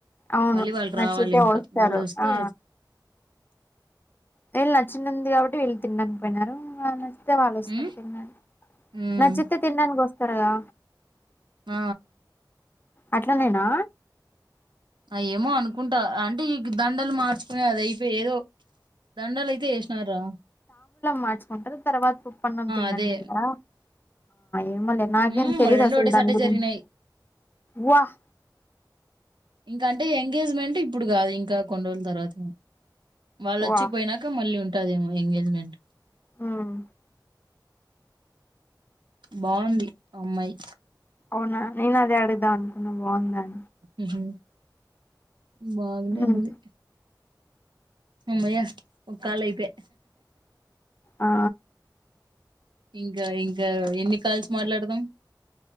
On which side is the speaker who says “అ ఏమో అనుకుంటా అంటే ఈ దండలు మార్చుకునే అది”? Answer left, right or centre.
Right